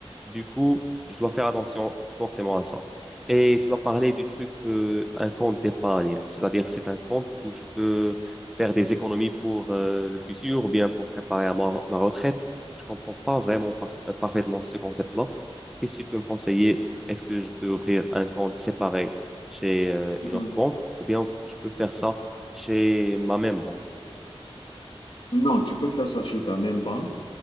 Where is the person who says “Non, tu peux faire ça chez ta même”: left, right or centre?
Left